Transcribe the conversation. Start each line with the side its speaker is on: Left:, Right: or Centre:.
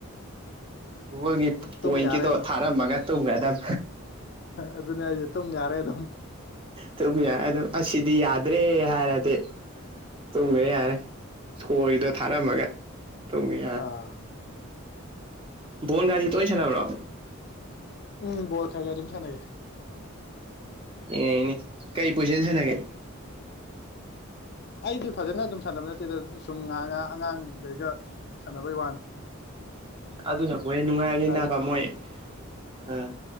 Right: ꯒꯨꯒꯨꯜꯒꯤ
Left: ꯇꯨꯝ
Right: ꯄꯣꯏꯟꯀꯤꯗꯣ
Left: ꯌꯥꯔꯦ ꯑꯗꯨꯝ
Right: ꯊꯥꯔꯝꯃꯒ ꯇꯨꯝꯈ꯭ꯔꯗ
Left: ꯑꯗꯨꯅꯦ ꯑꯩꯁꯦ ꯑꯗꯨꯝ ꯌꯥꯔꯦ ꯑꯗꯨꯝ
Right: ꯇꯨꯝꯕ ꯌꯥꯔꯦ ꯑꯗꯨꯝ ꯑꯁꯤꯗꯤ ꯌꯥꯗ꯭ꯔꯦ ꯍꯥꯏꯔꯗꯤ ꯇꯨꯝꯕ ꯌꯥꯔꯦ ꯏꯁꯀꯣꯔꯒꯤꯗꯣ ꯊꯥꯔꯝꯃꯒ ꯇꯨꯝꯒꯤ
Left: ꯑꯥ
Right: ꯕꯣꯣꯟ ꯒꯥꯔꯤ ꯇꯣꯏꯅ ꯁꯥꯟꯅꯕ꯭ꯔꯣ
Left: ꯎꯝ ꯕꯣꯜ ꯈꯥꯒ ꯑꯗꯨꯝ ꯁꯥꯟꯦ
Right: ꯑꯦꯅꯦ ꯀꯩ ꯄꯩꯁꯥꯅꯤ ꯊꯅꯒꯩ
Left: ꯑꯩꯗꯤ ꯐꯖꯅ ꯑꯗꯨꯝ ꯁꯥꯟꯅꯕꯅꯦ ꯤꯗ ꯁꯨꯝ ꯉꯥ ꯉꯥ ꯑꯉꯥꯡꯈꯩꯒ ꯁꯥꯟꯅꯕꯩ ꯋꯥꯅꯤ
Right: ꯑꯗꯨꯅꯕꯨꯍꯦ ꯅꯨꯡꯉꯥꯏꯔꯅꯤ
Left: ꯍꯥꯏꯗꯤ
Right: ꯅꯥꯕ ꯃꯣꯏ ꯑ